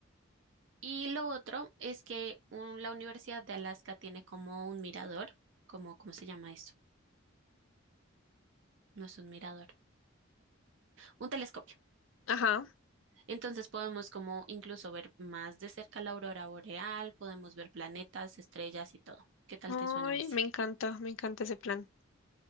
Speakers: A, on the right; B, on the left.
A: Y lo otro es que un- la Universidad de Alaska tiene como un mirador, como, ¿cómo se llama esto? No es un mirador, un telescopio.
B: Ajá.
A: Entonces podemos como incluso ver más de cerca la aurora boreal, podemos ver planetas, estrellas y todo. ¿Qué tal
B: Ay,
A: te suena ese?
B: me encanta, me encanta ese plan.